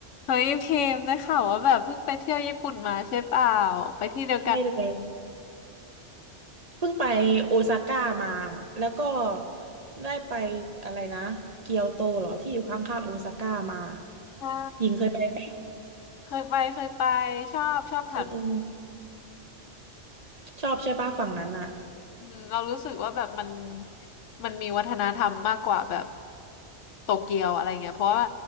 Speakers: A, on the left; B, on the right.
A: เฮ้ยพิมพ์ได้ข่าวว่าแบบเพิ่งไปเที่ยวญี่ปุ่นมาใช่เปล่าไปที่เดียวกัน
B: ใช่เลยเพิ่งไปโอซาก้ามาแล้วก็ได้ไปอะไรนะเกียวโตเหรอที่อยู่ข้างๆโอซาก้ามา
A: ใช่
B: หญิงเคยไปปะ
A: เคยไปเคยไปชอบชอบแถว
B: เออชอบใช่ปะฝั่งนั้นอ่ะ
A: อืมเรารู้สึกว่าแบบมันมันมีวัฒนธรรมมากกว่าแบบโตเกียวอะไรเงี้ยเพราะว่า